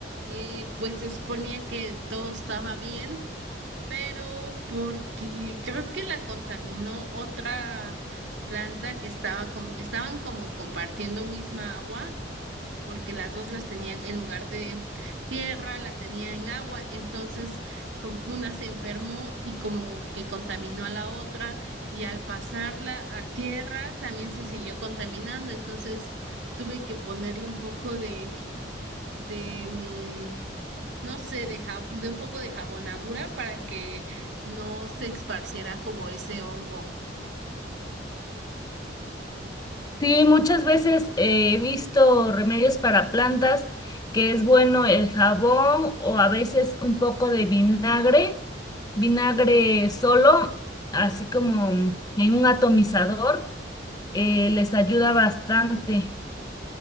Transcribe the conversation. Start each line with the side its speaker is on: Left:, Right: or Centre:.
Right: eh, pues se suponía que todo estaba bien, pero porque creo que la contaminó otra planta que estaba com- estaban como compartiendo misma agua, porque las dos las tenía en lugar de tierra, las tenía en agua, entonces como una se enfermó y como que contaminó a la otra y al pasarla a tierra también se siguió contaminando, entonces tuve que ponerle un poco de de mm, no sé, de, ja- de un poco de jabonadura para que no se esparciera como ese hongo.
Left: Sí, muchas veces eh, he visto remedios para plantas que es bueno el jabón o a veces un poco de vinagre, vinagre solo, así como en un atomizador eh, les ayuda bastante.